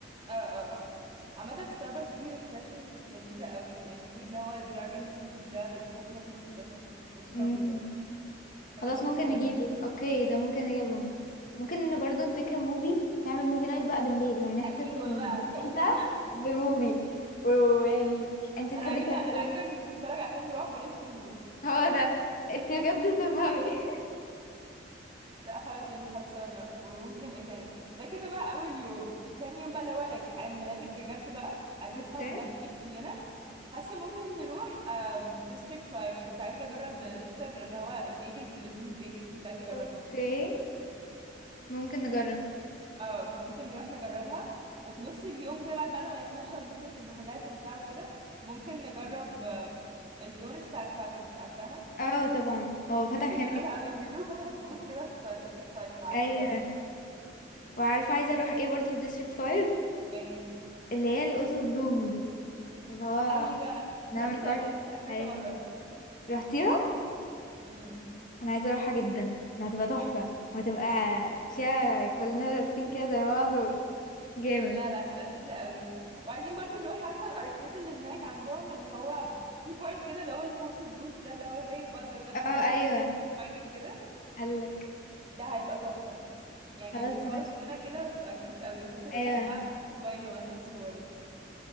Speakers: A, on the right; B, on the left.
A: اه اه اه عامة في ستاربكس في ريفرشرز لذيذة قوي يعني في اللي هو الدراجون فروت ده بالكوكونات ميلك ده تحفة والستrawberry
B: مم.
A: برضه فدول
B: خلاص
A: ممكن
B: ممكن
A: نجربهم
B: نجيبه اوكي ده ممكن نجيبهم ممكن برضو نبيك موفي نعمل موفي نايت بقى بالليل يعني نختم
A: ايوه
B: ال-
A: بقى
B: بالليل
A: هو
B: بقى
A: ده
B: بموفي ويعني
A: <laughs>
B: انت تحبي
A: انا عايزة
B: تاكل
A: انا عايزة نتفرج على فيلم رعب ونقفل النور
B: هو ده انت بجد تفهمي <laughs>
A: لا خلاص يعني خلصانة وممكن ايه تاني ده كده بقى اول يوم تاني يوم بقى اللي هو لك عيد ميلادك بجد بقى عايزين
B: اوكي
A: نصحى من بدري كلنا حاسة ممكن نروح ديستريكت 5 كنت عايزة اجرب نفطر اللي هو البيجلز اللي في نوت بيكري كنت عايزة اجربها
B: اوكي ممكن نجرب
A: اه فممكن نروح نجربها وفي نص اليوم كده بعد بقى لما نتمشى ونلف في المحلات وبتاع وكده ممكن نجرب آم، الدونتس بتاعت فاتيز عارفاها
B: اه طبعا هو فتح
A: نفسي اجربها
B: هناك
A: قوي بيقولوا فتحت بوث كده في ديستريكت 5 فعايزه
B: ايوه
A: اجرب
B: وعارفه عايزه اروح ايه برضو في ديستريكت 5
A: ايه
B: اللي هي الاوتو روم دي اللي هو
A: ايوه
B: نعمل
A: لذيذه
B: كارت
A: قوي اكلتها كذا
B: ايوه
A: مره
B: رحتيها
A: امم
B: انا عايزه اروحها جدا ده هتبقى تحفه وهتبقى فيها كلنا لابسين كده زي بعض و- جامد
A: لا لا هتبقى لذيذه قوي وعايزين برضو نروح عارفه الاركيد اللي هناك عندهم اللي هو في بارت كده اللي هو الفوتو بوث ده اللي هو زي بره ده اللي
B: اه
A: بيطلعك
B: ايوه
A: صور فايت وكده
B: قالك
A: ده هيبقى تحفه يعني
B: خلاص
A: ونتصور
B: ماشي
A: كلنا كده تبقى كيوت قوي ونحط كل
B: ايوه
A: واحد بقى في موبايله مثلا صور وكده